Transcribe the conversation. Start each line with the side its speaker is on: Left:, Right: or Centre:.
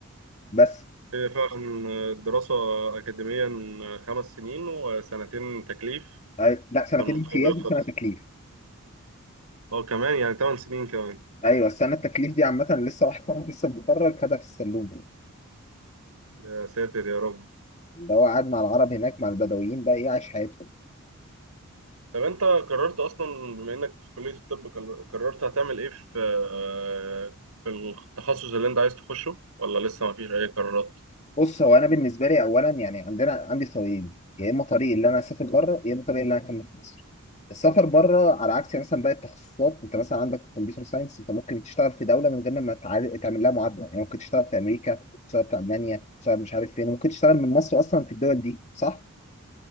Left: بس
Right: هي فعلا آه، الدراسة أكاديميا آه، خمس سنين وسنتين تكليف
Left: أي... لا سنتين
Right: فالموضوع
Left: امتياز
Right: بيوصل
Left: وسنه تكليف
Right: أه كمان يعني تمن سنين كمان
Left: ايوه السنه التكليف دي عامه لسه واحد صاحبي لسه متخرج خدها في السلوم
Right: يا ساتر يا رب
Left: اللي هو قاعد مع العرب هناك مع البدويين بقى ايه عايش حياتهم
Right: طب أنت قررت أصلا بما إنك في كلية الطب قرر- قررت هتعمل إيه في آه، في التخصص اللي أنت عايز تخشه ولا لسه مفيش أي قرارات؟
Left: بص هو انا بالنسبه لي اولا يعني عندنا عندي طريقين يا اما طريق اللي انا اسافر بره يا اما طريق اللي انا اكمل في مصر السفر بره على عكس مثلا باقي التخصصات انت مثلا عندك كمبيوتر ساينس انت ممكن تشتغل في دوله من غير ما تع- تعمل لها معادله يعني ممكن تشتغل في امريكا تشتغل في المانيا تشتغل مش عارف فين ممكن تشتغل من مصر اصلا في الدول دي صح